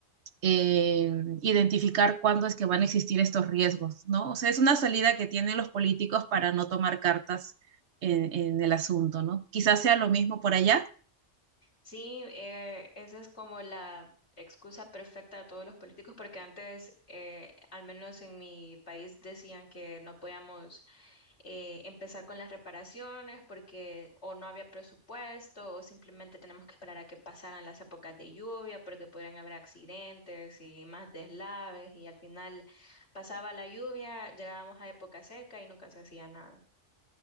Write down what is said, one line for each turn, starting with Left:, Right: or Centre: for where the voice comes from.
Right: eh, identificar cuándo es que van a existir estos riesgos, ¿no? O sea, es una salida que tienen los políticos para no tomar cartas en, en el asunto, ¿no? Quizás sea lo mismo por allá.
Left: Sí, eh, esa es como la excusa perfecta de todos los políticos, porque antes, eh, al menos en mi país, decían que no podíamos eh, empezar con las reparaciones porque o no había presupuesto o simplemente tenemos que esperar a que pasaran las épocas de lluvia porque podrían haber accidentes y más deslaves y al final pasaba la lluvia, llegábamos a época seca y nunca se hacía nada.